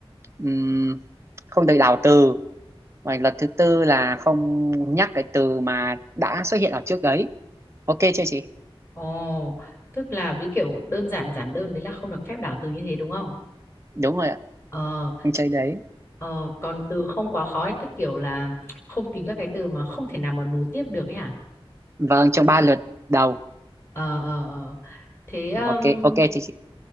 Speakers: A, on the right; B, on the left.
A: ừm, không được đảo từ và lần thứ tư là không nhắc cái từ mà đã xuất hiện ở trước đấy ok chưa chị
B: Ồ, tức là với kiểu đơn giản giản đơn đấy là không được phép đảo từ như thế đúng không?
A: đúng rồi ạ
B: Ờ,
A: không chơi đấy
B: ờ, còn từ không quá khó ấy, tức kiểu là không tìm các cái từ mà không thể nào mà nối tiếp được ấy hả?
A: vâng trong ba lượt đầu
B: Ờ, ờ, ờ. Thế um,
A: ok ok chị, chị.